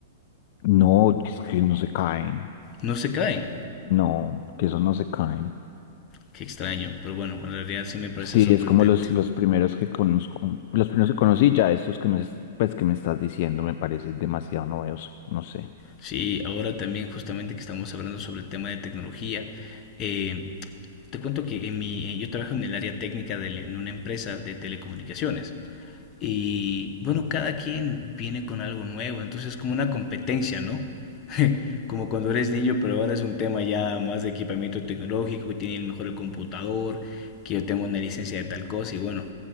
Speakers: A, on the left; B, on the left.
A: No, es que no se caen.
B: No se caen.
A: No, que esos no se caen.
B: Qué extraño, pero bueno, en realidad sí me parece
A: Sí,
B: sorprendente.
A: es como los, los primeros que conozco, los primeros que conocí, ya estos que me, pues, que me estás diciendo, me parece demasiado novedoso, no sé.
B: Sí, ahora también justamente que estamos hablando sobre el tema de tecnología, eh, te cuento que en mi, eh, yo trabajo en el área técnica de, en una empresa de telecomunicaciones y bueno, cada quien viene con algo nuevo, entonces es como una competencia, ¿no? <laughs> Como cuando eres niño, pero ahora es un tema ya más de equipamiento tecnológico, que tiene el mejor computador, que yo tengo una licencia de tal cosa y bueno,